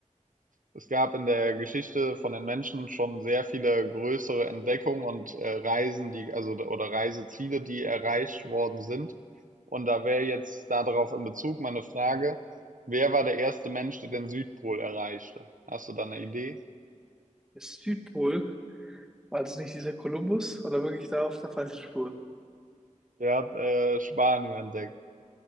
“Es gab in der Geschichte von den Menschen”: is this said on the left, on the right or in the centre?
Right